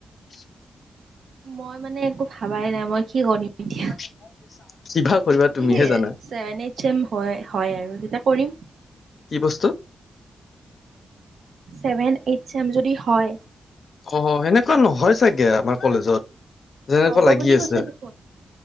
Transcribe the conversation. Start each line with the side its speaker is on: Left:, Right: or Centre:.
Left: <unintelligible>
Right: মই মানে একো ভাবাই নাই মই কি কৰিম
Left: <unintelligible>
Right: এতিয়া
Left: কৰিবা
Right: যদি
Left: তুমিহে জানা
Right: চেভেন এইট চেম হয়, হয় আৰু তেতিয়া কৰিম।
Left: কি বস্তু
Right: ছেভেন এইট চেম চম যদি হয়
Left: অ সেনেকুৱা নহয় চাগে আমাৰ কলেজত। যেনেকা
Right: হ'ব
Left: লাগি
Right: বুলি
Left: আছে
Right: কৈছে দেখোন